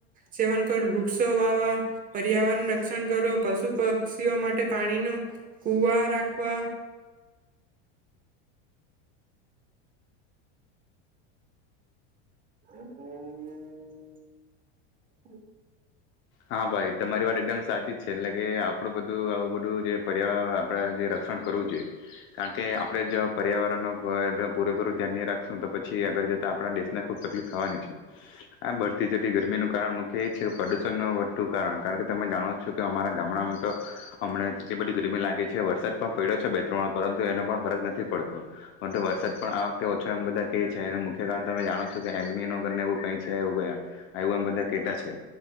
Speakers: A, on the right; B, on the left.
A: સેવન કરો વૃક્ષો વાવા પર્યાવરણ રક્ષણ કરો પશુ પ પક્ષીઓ માટે પાણી નુ કુવા રાખવા હમ
B: હા ભાઈ તમારી વાત એકદમ સાચી જ છે એટલે કે આપણું બધું આવું બધું જે પર્યાવરણ આપડા જે ક્ષણ કરવું જોઈએ કારણ કે આપણેે જો પર્યાવરણ પૂરેપૂરું ધ્યાન રાખશું તો પછી એ રીતે આપડા દેશને ખૂબ તકલીફ થવાની છે. આમ બઢતી જતી ગરમીનું કારન મુખ્ય નો વધતું કારણ કારણ કે તમે જાણો છો કે અમારા ગામડામાં તો હમને એટલી બધી ગરમી લાગે છે સટમાં પડ્યો છે બે ત્રણ પરંતુ એનો પણ ફરક નથી પડતો. પણતું વરસાદ પણ આ વખતે ઓછો એમ બધા કે છે એનું મુખ્ય કારણ તમે જાણો છો કે એલમીનોને એવું કઈ છે એવુંયા આવું એમ બધા કેટા છે